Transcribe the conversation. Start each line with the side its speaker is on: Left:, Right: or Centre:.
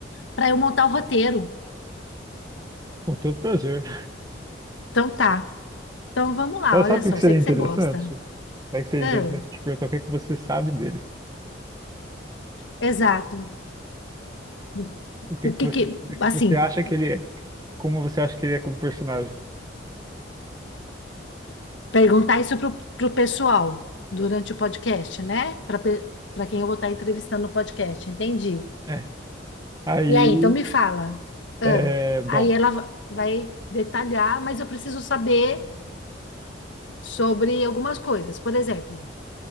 Left: para eu montar o roteiro.
Right: Com todo prazer.
Left: Então tá. Então vamos lá,
Right: Mas
Left: olha
Right: sabe
Left: só,
Right: o que que
Left: eu
Right: seria
Left: sei que
Right: interessante?
Left: você gosta.
Right: Sabe o que seria
Left: Ah,
Right: interessante te perguntar o que que você sabe dele?
Left: exato. É.
Right: O que
Left: o
Right: que
Left: que
Right: você,
Left: que,
Right: o que que
Left: assim,
Right: você acha que ele é? Como você acha que ele é como personagem?
Left: perguntar isso pro, pro pessoal durante o podcast, né? Para para quem eu vou estar entrevistando no podcast, entendi.
Right: É. Aí,
Left: E aí, então me fala. Ah,
Right: é, bom,
Left: aí ela va- vai detalhar, mas eu preciso saber sobre algumas coisas. Por exemplo,